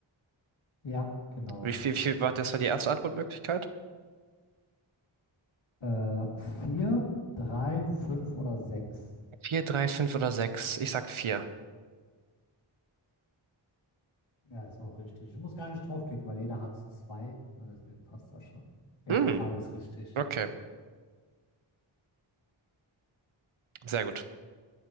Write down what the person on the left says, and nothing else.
Ja, genau.
Äh, 4, 3, 5 oder sechs.
Ja, ist auch richtig. Ich muss gar nicht draufklicken, weil jeder hat zwei und deswegen passt das schon. Ja,
Frage ist richtig.